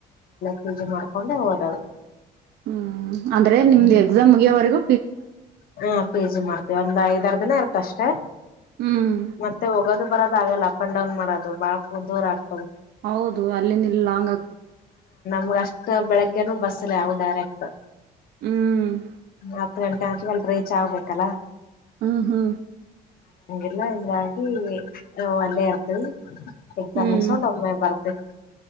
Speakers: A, on the left; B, on the right.
A: ಪೀ ಜಿ ಮಾಡ್ಕೊಂಡೆ ಓದದು.
B: ಹ್ಮ್ ಅಂದ್ರೆ ನಿಮ್ದ್
A: ಹ್ಮ್
B: ಎಕ್ಸಾಮ್ ಮುಗಿಯವರೆಗು
A: ಹಾ ಪೀಜಿ ಮಾಡ್ತೇವಿ ಅಂದಾಗೆ ಐದಾರ್ ದಿನ ಇರ್ತ್ ಅಷ್ಟೇ
B: ಹ್ಮ್
A: ಮತ್ತೆ ಹೋಗೋದು ಬರ ಆಗಲ್ಲ ಅಪ್ ಅಂಡ್ ಡೌನ್ ಮಾಡೋದು ಬಾಳ್ಕ್ ದೂರ ಆಗ್
B: ಹೌದು ಅಲ್ಲಿಂದ್ ಇಲ್ಲಿ ಲಾಂಗ್ ಆಗ್ತ
A: ನಮಗಷ್ಟ ಬೆಳಿಗ್ಗೆನು ಬಸ್ಸಿಲ್ಲ ಅವು ಡೈರೆಕ್ಟ್
B: ಹ್ಮ್
A: ಹತ್ತ್ ಗಂಟೆ ಆದ್ಮೇಲೆ ಅಲ್ ರೀಚ್ ಆಗ್ಬೇಕಲ್ಲಾ
B: ಹಾ ಹಾ.
A: ಎಲ್ಲ ಇಂಗಾಗಿ ನವಲ್ಲೇ ಇರ್ತೇವ್. ಎಕ್ಸಾಮ್
B: ಹ್ಮ್
A: ಮುಸ್ಕೊಂಡ್ ಒಮ್ಮೆ ಬರಬೇಕ